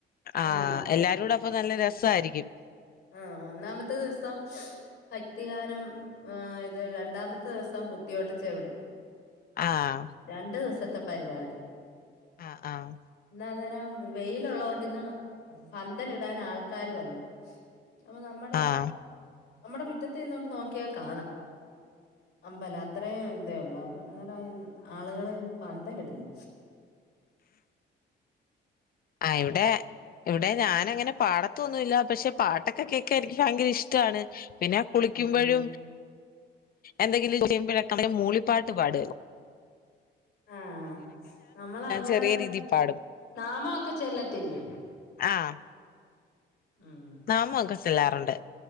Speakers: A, on the left; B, on the left.
A: ആഹ
B: ആന്ന്
A: എല്ലാരും കൂട അപ്പൊ നല്ല രസായിരിക്കും
B: ആഹ ഒന്നാമത്തെ ദിവസം ഭക്തികാനം ആ ഇത് രണ്ടാമത്തെ ദിവസം കുത്തിയോട്ടച്ചവിടെ
A: ആഹ്
B: രണ്ടു ദിവസത്തെ പരിപാടി
A: ആഹ് ആഹ്
B: എന്ന അ വെയിലുള്ളത കൊണ്ട ഇന്ന് പന്തലിടൻ ആൾക്കാാര് വന്നു അപ്പ നമ്മുടെ
A: ആഹ്
B: നമ്മുടെ മുറ്റത്ത് ഇന്നൊണ്ട് നോക്കിയാൽ കാണാം അമ്പല അത്രേയും ഇതേ ഉള്ളൂ അപ്പൊ എന്ത ആളുകളൾ ഇന്ന് പന്തലിടുന്നു
A: ആ ഇവിടെ ഇവിടെ ഞാനങ്ങനെ പാടത്തൊന്നുമില്ല പക്ഷെ പാട്ടൊക്കെ കേക്കാൻ എനിക്ക് ഭയങ്കര ഇഷ്ടമാണ് പിന്നെ കുളിക്കുമ്പോഴും
B: ഉം
A: എന്തെങ്കിലും ചെയ്യുമ്പോഴ നമ്മെ മൂളിപ്പാട്ട് പാട
B: ആഹ നമ്മൾങ്ങനെ
A: ചെറിയ രീതിൽ പാടും
B: നാമൊക്കെ ചെല്ലത്തില്ലേ
A: ആഹ
B: ഉം
A: നാമൊക്കെ ചെല്ലാറുണ്ട്